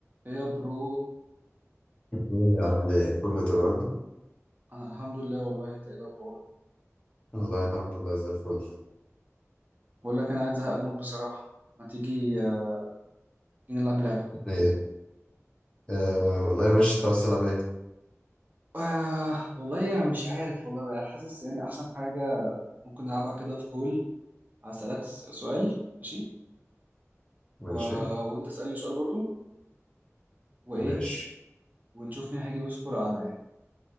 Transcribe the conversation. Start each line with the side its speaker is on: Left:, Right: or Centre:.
Right: ايه يا برو
Left: ايه عامل ايه كله تمام
Right: انا الحمد لله والله انت ايه الاخبار
Left: والله الحمد لله زي الفل
Right: بقول لك انا قاعد زهق موت بصراحه ما تيجي آه، نلعب لعبه
Left: ايه آه والله ماشي تعال تلعب ايه
Right: آه والله انا مش عارف والله انا حاسس يعني احسن حاجه ممكن نلعبها كده في كول هسالك س- سؤال ماشي و...
Left: ماشي
Right: وانت اسالني سؤال برضو وايه
Left: ماشي
Right: ونشوف مين هيجيب سكور اعلى يعني